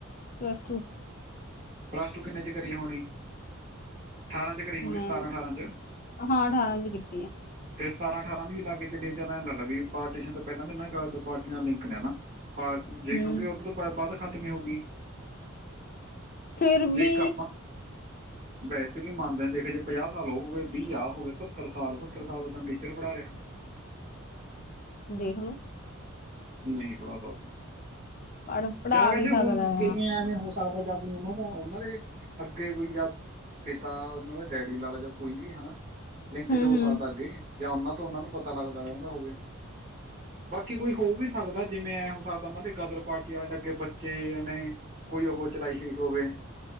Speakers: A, on the left; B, on the right.
A: ਪਲੱਸ ਟੂ।
B: ਪਲੱਸ ਟੂ ਕਿੰਨੇ ਚ ਕਰੀ ਹੋਣੀ? ਅਠਾਰਾਂ ਚ ਕਰੀ ਹੋਣੀ
A: ਮੈਂ
B: ਸਤਾਰਾਂ, ਠਾਰਾਂ ਚ।
A: ਹਾਂ ਅਠਾਰਾਂ ਚ ਕੀਤੀ ਆ
B: ਫੇਰ ਸਤਾਰਾਂ ਠਾਰਾਂ ਵੀ ਲਾਕੇ ਚੱਲੇ ਚਲ ਐ ਲੈ ਲੈ ਵੀ ਪਾਰਟੀਸ਼ਨ ਤੋਂ ਪੈਲਾਂ ਨਨਾ ਗ ਪਾਰਟੀ ਨਾਲ ਲਿੰਕ ਨੇ ਨਾ। ਪਰ ਜੇ
A: ਹਮ
B: ਕਉਂਗੀ ਉਧਰੋ ਬਾਅਦ ਖਤਮ ਈ ਹੋ ਗੀ।
A: ਫਿਰ
B: ਜੇਕ
A: ਵੀ
B: ਆਪਾਂ ਵੈਸੇ ਵੀ ਮੰਨਦੇ ਦੇਖ ਜੇ ਪੰਜਾਹ ਸਾਲ ਓ ਹੋ ਗਏ ਵੀਹ ਆ ਹੋ ਗਏ ਸੱਤਰ ਸਾਲ ਸੱਤਰ ਸਾਲ ਦਾ ਤੈਨੂੰ ਟੀਚਰ ਪੜ੍ਹਾ ਰਿਆ।
A: ਦੇਖ ਲੋ।
B: ਨਈ ਬੜਾ ਸਾਦਾ
A: ਪੜ ਪੜ੍ਹਾ
B: ਜਾਂ ਵੈਸੇ
A: ਵੀ ਸਕਦਾ
B: ਹੋ <unintelligible> ਕਿਵੇਂ
A: ਆ
B: ਆਂਵਾ ਹੋ ਸਕਦਾ ਜਾਂ ਕੋਈ ਓਨਾਂ ਦਾ ਓਨਾਂ ਦੇ ਅੱਗੇ ਕੋਈ ਜਾਂ ਪਿਤਾ ਉਹਨੂੰ ਐ ਡੈਡੀ ਨਾਲ ਜਾਂ ਕੋਈ ਵੀ ਹਨਾ। ਲਿੰਕ
A: ਹਮ
B: ਚ ਹੋ
A: ਹਮ
B: ਸਕਦਾ ਅੱਗੇ ਜਾਂ ਉਹਨਾਂ ਤੋਂ ਉਹਨਾਂ ਨੂੰ ਪਤਾ ਲੱਗਦਾ ਰਹਿੰਦਾ ਹੋਵੇ। ਬਾਕੀ ਕੋਈ ਹੋ ਵੀ ਸਕਦਾ ਜਿਵੇਂ ਐਂ ਹੋ ਸਕਦਾ ਉਹਨਾਂ ਦੇ ਗਦਰ ਪਾਰਟੀ ਵਾਲਿਆਂ ਦੇ ਅੱਗੇ ਬੱਚੇ ਨੇ ਕੋਈ ਉਹ ਚਲਾਈ ਹੋਈ ਹੋਵੇ।